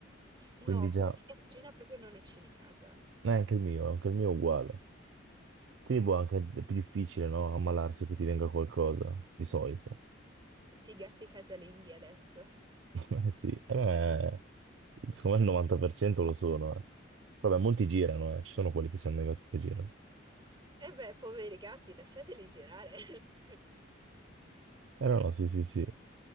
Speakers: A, on the right; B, on the right.
A: No,
B: Quindi già,
A: quello di mia cugina proprio non esce di casa.
B: eh, anche il mio, anche il mio è uguale. Quindi boh, anche d- più difficile, no? Ammalarsi o che ti venga qualcosa, di solito.
A: Tutti i gatti casalinghi adesso.
B: <laughs> Eh sì, eh, secondo me il 90% lo sono. eh. Vabbè, molti girano, eh. Ci sono quelli che sono negati che girano.
A: E beh, poveri gatti, lasciateli girare. <laughs>
B: Eh no, no, sì, sì, sì.